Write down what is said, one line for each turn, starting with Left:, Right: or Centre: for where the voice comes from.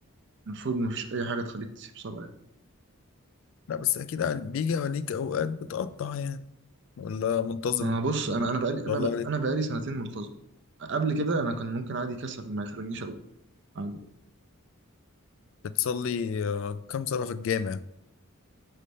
Right: المفروض ما فيش اي حاجه تخليك تسيب صلاه
Left: لا بس اكيد عاد بيجي عليك اوقات بتقطع يعني ولا منتظم
Right: ما بص
Left: <laughs> ما
Right: انا انا بقالي انا
Left: شاء الله
Right: ب-
Left: عليك
Right: انا بقالي سنتين ملتزم قبل كده انا كان ممكن عادي كسل ما يخلينيش اقوم عادي
Left: بتصلي آه كم صلاة في الجامع